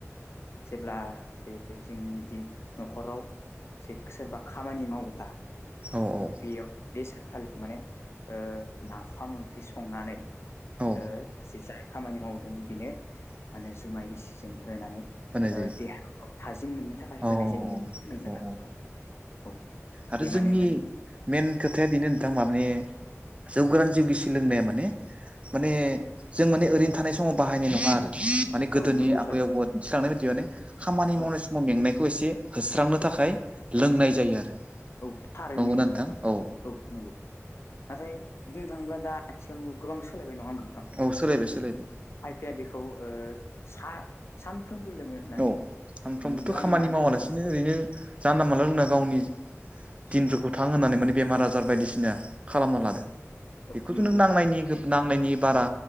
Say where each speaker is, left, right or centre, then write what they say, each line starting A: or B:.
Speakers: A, on the left; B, on the right.
A: जेब्ला जे जोंनि जि न'खराव जे सोरबा खामानि मावोब्ला
B: औ औ
A: बेयाव बे सानखालि माने ओ नाफाम ओंख्रि संनानै
B: औ
A: ओ जि जाय खामानि मावदों बेनो माने जुमाय गिसिजों होनानै
B: होनाय
A: ओ
B: जायो
A: देहा औ थाजिम मोननो थाखाय होनाय
B: औ
A: जायो होननानै खोनादों
B: औ
A: आरो नोथां औ
B: आरो
A: बेमानेमोन
B: जोंनि मेन खोथाया बेनो नोंथां माने जौगोरान जौ गिसि सोलोंनाया माने माने जों माने ओरैनो थानाय समाव बाहायनाय नांङा आरो माने गोदोनि
A: औ नंगौ
B: आबै
A: थारैनो
B: आबौआ दिन्थिलांनाय बायदि माने खामानि मावनाय
A: औ
B: सम मेंनायखौ एसे होस्रांनो थाखाय लोंनाय
A: औ
B: जायो आरो नंगौना
A: औ थारैनो नंगौ
B: नोंथां औ
A: औ नंगौ नाथाय बुंनो थाङोब्ला दा आथिखाल गोबां सोलायबाय नंङा होनोमबा।
B: औ सोलायबाय सोलायबाय।
A: खायफाया बेखौ ओ सा सान फ्रोमबो लोङो होननानै
B: औ सानफ्रोमबोथ'
A: लाङानानै
B: खामानि मावालासिनो ओरैनो जानला मोनानला लोंना गावनि
A: जिउखौ
B: दिनफोरखौ थां होनानै माने बेमार आजार बायदिसिना खालामना लादों
A: औ
B: बेखौथ'
A: नंगौ
B: नों नांनायनि
A: नोंथां
B: नांनायनि बारा